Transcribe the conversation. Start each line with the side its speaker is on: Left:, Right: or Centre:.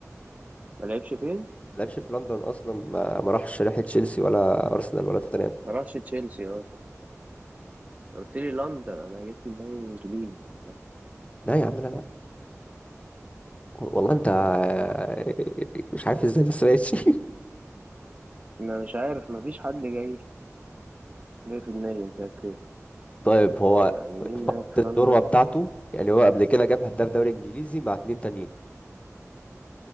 Right: ما لعبش فين؟
Left: ما لعبش في لندن اصلا ما, ما راحش ناحيه تشيلسي ولا ارسنال ولا توتنهام
Right: ما راحش تشيلسي أه صح صح قلت لي لندن أنا جيت في دماغي إنجليزي
Left: لا يا عم لا لا والله
Right: مثلا
Left: انت <laughs> مش عارف ازاي بس ماشي <laughs>
Right: أنا مش عارف مفيش حد جاي في جاي في دماغي مش عارف ليه
Left: طيب هو
Right: يعني
Left: في
Right: مين
Left: فترة
Right: لعب في لندن؟
Left: الذروه بتاعته يعني هو قبل كده جاب هداف دوري انجليزي مع اتنين تانيين